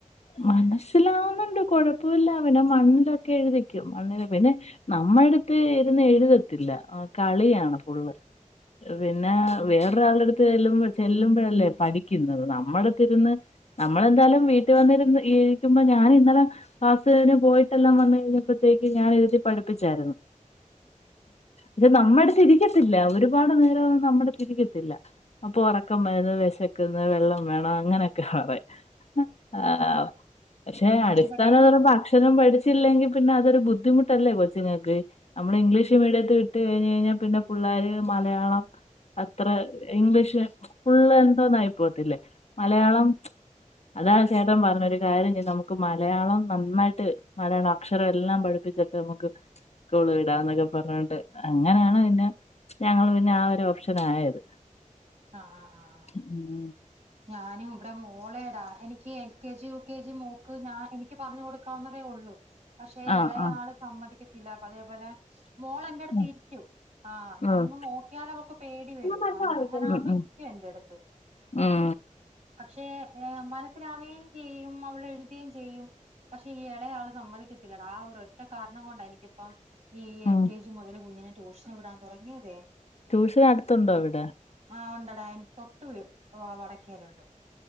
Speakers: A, on the left; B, on the right.
A: മനസ്സിലാവുന്നുണ്ട് കൊഴപ്പുല്ല പിന്നെ മണ്ണിലൊക്കെ എഴുതിക്കും. മണ്ണില് പിന്നെ നമ്മ എടുത്ത് ഇരുന്ന് എഴുതത്തില്ല കളിയാണ് ഫുള്ള്. പിന്നെ വേറെ ഒരാളട്ത്ത് ചെല്ലുമ്പത് ചെല്ലമ്പൊഴല്ലേ പഠിക്കുന്നത്. നമ്മൾ തിരുന്ന് നമ്മളെന്തായാലും വീട്ട് ട്ടി വന്നിരുന്ന് ഈരിക്കുമ്പോ ഞാൻ ഇന്നലെ ക്ലാസ്സ് കയിഞ്ഞ് പോയിട്ടെല്ലാം വന്ന് കഴിഞ്ഞപ്പത്തേക്ക് ഞാൻ എഴുതി പഠിപ്പിച്ചായിരുന്നു. ഇത് നമ്മടത് ഇരിക്കത്തില്ല. ഒരുപാട് നേരം ഒന്ന് നമ്മുടത് ഇരിക്കത്തില്ല. അപ്പൊ ഒറക്കം വരുന്ന് വിശക്കന്ന് വെള്ളം വേണം അങ്ങനെയൊക്കെ പറയും. ആഹ് പക്ഷെ അടിസ്ഥാന
B: ഇവിടെയും
A: തരം അക്ഷരം പഠിച്ചില്ലെങ്കിൽ പിന്നെ അതൊരു ബുദ്ധിമുട്ടല്ലെ കൊച്ചിങ്ങൾക്ക്. നമ്മള് ഇംഗ്ലീഷ് മീഡിയത്തി വിട്ട് കഴിഞ്ഞ കഴിഞ്ഞാൽ പിന്നെ പുള്ളേര് മലയാളം അത്ര ഇംഗ്ലീഷ് ഫുള്ള് എന്തോന്നായി പോകത്തില്ലേ മലയാളം അതാ ചേട്ടൻ പറഞ് ഒരു കാര്യ ചെയ്. നമുക്ക് മലയാളം നന്നായിട്ട് മലയാള അക്ഷരം എല്ലാം പഠിപ്പിച്ചിട്ട് നമുക്ക് സ്കൂള് വിടാന്നൊക്കെ പറഞ്ഞോണ്ട്. അങ്ങനെയാണ് പിന്നെ ഞങ്ങള് പിന്നെ ആ ഒരു ഓപ്ഷൻ ആയത്.
B: ആഹ് ആഹ് ആഹ് ആഹ്
A: ഉം
B: ഞാനും ഇവിടെ മോളേടാ. എനിക്ക് L K G U K G മോക്ക് ഞാൻ എനിക്ക് പറഞ്ഞു കൊട് ക്കാവുന്നതേ ഉള്ളൂ പക്ഷെ
A: ആഹ്
B: എളയാള്
A: ആഹ്
B: സമ്മതിക്കത്തില്ല. അതേപോലെ മോളെന്റെ അടുത്ത്
A: ഉം
B: ഇരിക്കും. ആഹ് ഞാനൊന്ന്
A: ഉം
B: നോക്കിയാൽ അവക്ക് പേടി വരുംആന്ന്
A: ഉം
B: അങ്ങനാകുമ്പോ
A: ഉം
B: ഇരിക്കു എന്റെ അടുത്ത്.
A: ഉം
B: പക്ഷെ മനസ്സിലാവുകയും ചെയ്യും അവള് എഴുതെ ചെയ്യും. പക്ഷെ ഈ എളയാള് സമ്മതിക്കത്തില്ലട. ആ ഒരു ഒറ്റ കാരണം കൊണ്ട എനിക്കിപ്പം ഈ എൽ
A: ഉം
B: കെ ജി ജി മുതൽ കുഞ്ഞിനെ ടൂഷന് വിടാ തുടങ്ങിയതേ.
A: ട്യൂഷൻ അടുത്തുണ്ടോ ഇവിടെ?
B: ആഹ് ഉണ്ടടെ. തൊട്ട് വീ വടക്കെലുണ്ട്.